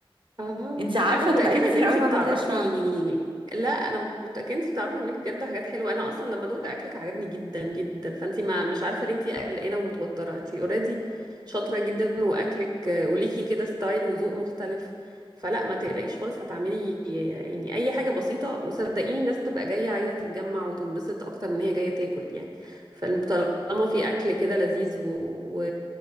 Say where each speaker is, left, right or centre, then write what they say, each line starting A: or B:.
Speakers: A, on the right; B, on the right.
A: اه
B: انت عارفة
A: انا متاكده
B: انا بقالي كتير
A: ان انتي
B: قوي ما
A: بتعرفي
B: عملتهاش فعلا
A: لا انا متاكده انتي بتعرفي تعملي بجد حاجات حلوه انا اصلا لما دقت اكلك عجبني جدا جدا فانتي ما مش عارفه ليه انتي قلقانه ومتوتره انتي اوريدي شاطره جدا واكلك آه، وليكي كده ستايل وذوق مختلف فلا ما تقلقيش خالص هتعملي آه، يعني اي حاجه بسيطه وصدقيني الناس تبقى جايه عايزه تتجمع وتنبسط اكتر من هي جايه تاكل يعني فطالما في اكل كده لذيذ و... و...